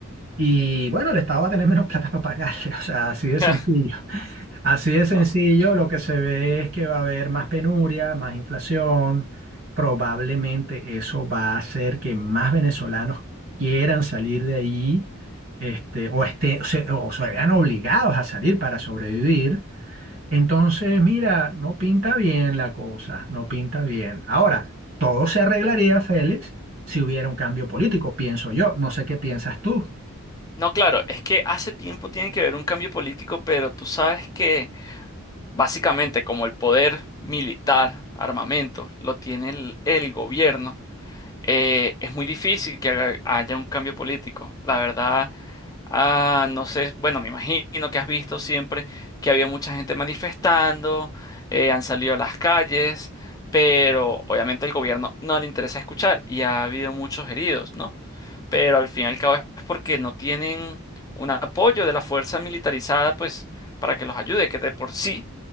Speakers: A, on the right (about 75°); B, on the left (about 15°).
A: Y bueno, el Estado va a tener menos <laughs> plata para pagarle. O sea, así de sencillo.
B: <laughs>
A: Así de sencillo,
B: No.
A: lo que se ve es que va a haber más penuria, más inflación. Probablemente eso va a hacer que más venezolanos quieran salir de allí, este, o, esté, o se o se vean obligados a salir para sobrevivir. Entonces, mira, no pinta bien la cosa, no pinta bien. Ahora, todo se arreglaría, Félix, si hubiera un cambio político, pienso yo. No sé qué piensas tú. <laughs>
B: No, claro, es que hace tiempo tiene que haber un cambio político, pero tú sabes que básicamente como el poder militar, armamento, lo tiene el el gobierno. eh, es muy difícil que haga- haya un cambio político. La verdad, ah, no sé, bueno, me imagino que has visto siempre que había mucha gente manifestando, eh, han salido a las calles, pero obviamente al gobierno no le interesa escuchar y ha habido muchos heridos, ¿no? Pero al fin y al cabo es porque no tienen un apoyo de la fuerza militarizada, pues, para que los ayude, que de por sí